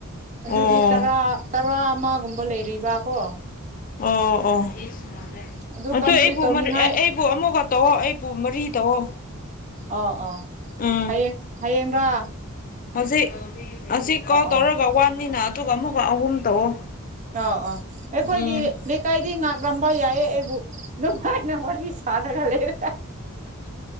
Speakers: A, on the right; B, on the left.
A: ꯑꯗꯨꯗꯤꯔꯥ
B: ꯑꯣ
A: ꯨꯒꯨꯝꯕ ꯂꯩꯔꯤꯕ ꯀꯣ꯫
B: ꯑꯣ ꯑꯣꯣ
A: ꯎꯝ ꯑꯗꯨ ꯀꯝꯄ꯭ꯂꯤꯠ ꯇꯧꯅꯤꯡꯉꯥꯏ
B: ꯑꯩꯕꯨ ꯑꯃꯨꯛꯀ ꯇꯧꯣ ꯑꯩꯕꯨ ꯃꯔꯤ ꯇꯧꯑꯣꯣ
A: ꯑꯥ ꯑꯥ
B: ꯎꯝ
A: ꯍꯌꯦꯡ ꯍꯌꯦꯡꯔ
B: ꯍꯧꯖꯤꯛ ꯑꯁꯤ ꯀꯥꯎ ꯇꯧꯔꯒ
A: ꯑꯥ
B: ꯋꯥꯟꯅꯤꯅ ꯑꯗꯨꯒ ꯑꯃꯨꯛꯀ ꯑꯍꯨꯝ ꯇꯧꯑꯣ
A: <unintelligible> ꯑꯥ ꯑꯩꯈꯣꯏꯒꯤ
B: ꯎꯝ
A: ꯂꯤꯛ ꯀꯥꯏꯗꯤ ꯉꯥꯛꯂꯝꯕ ꯌꯥꯏꯌꯦ ꯑꯩꯕꯨ ꯅꯨꯡꯉꯥꯏꯅ ꯋꯥꯔꯤ ꯁꯥꯟꯅꯔ ꯂꯩꯔꯦ꯫